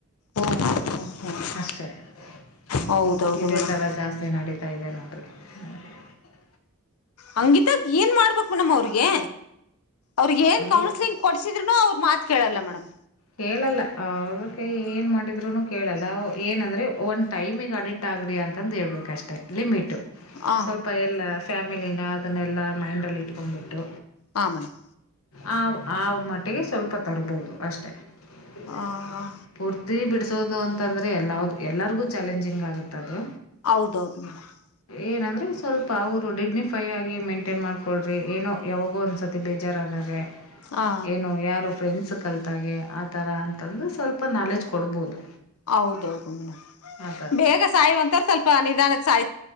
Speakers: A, on the left (about 80°); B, on the left (about 70°).
A: ಓ ಹ ಹ ಹ
B: ಅಷ್ಟೆ ಹ್ಮ್
A: ಹೌದೌದು
B: ಇದೇ
A: ಮೇಡಮ್
B: ತರ ಜಾಸ್ತಿ ನಡೀತಾ ಇದೆ ನೋಡರಿ ಹ್ಮ <unintelligible>
A: ಹಂಗಿತ ಏನ್ ಮಾಡ್ಬೇಕು ನಮ್ ಅವ್ರಿಗೆ ಅವ್ರಗ್ ಏನ್ ಕೌನ್ಸಲಿಂಗ್
B: ಏ
A: ಕೊಡ್ಸಿದ್ರುನ ಅವ್ರರು ಮಾತ್ರ <inaudible> ಕೇಳಲ್ಲ ಮೇಡಮ್
B: ಕೇಳಲ್ಲ ಅದಕ್ಕೆ ಏನು ಮಾಡಿದ್ರರು ಕೇಳಲ್ಲ ಏನಂದರೆ ಒಂದು ಟೈಮಿಗೆ ಅಡಿಟ್ ಆಗರಿಿ ಅಂತಂದು ಹೇಳಬೇಕಷ್ಟೆ ಲಿಮಿಟು
A: ಹ
B: ಸ್ವಲ್ಪ ಎಲ್ಲ <unintelligible> ಆಮೇಲೆ ಅದನ್ನೆಲ್ಲ ಮೈಂಡಲ್ಲಿ ಇಟ್ಕೊ್ಬಿಟ್ಟು
A: ಹಾ ಮೇಡಮ್
B: ಆ್ ಆ್ ಮ <unintelligible> ಿಗೆ ಸ್ವಲ್ಪ ತರಬಹುದು ಅಷ್ಟೇ <unintelligible>
A: ಆ
B: ಹರ್ತಿಿ ಬಿಡ್ಸೋದು ಅಂತಂದ್ರೆ ಎಲ್ಲ್ದ <unintelligible> ಎಲ್ಲರಿಗೂ ಚಾಲೆಂಜಿಂಗ್ ಆಗುತ್ತೆ ಅದು
A: ಹೌದೌದು ಮೇಡ್ <unintelligible>
B: ಏನಂದರೆ ಸ್ವಲ್ಪ ಅವರು ಡಿಗ್ನಿಫೈ ಆಗಿ ಮೈಂಟೈನ್ ಮಾಡ್ಕೊಂಡು ಕೊಡ್ರಿ ಏನೋ ಯಾವಾಗೂ ಒಂದು್ಸತಿ ಬೇಜಾರಾದಾಗೆ
A: ಹಾ
B: <unintelligible> ಏನು ಯಾರು ಫ್ರೆಂಡ್ಸ್ ಕಲ್ತಾಗೆ ಆ ಥರ ಅಂತಂದು ಸ್ವಲ್ಪ ನಾಲೆಜ್ ಕೊಡ್ಬೋದು
A: ಹೌದೌದು ಮೇಡಮ್
B: ಆ
A: ಬೇಗ ಸಾಯುವಂತ ಸ್ವಲ್ಪ ನಿಧಾನ <unintelligible> ಸಾಯ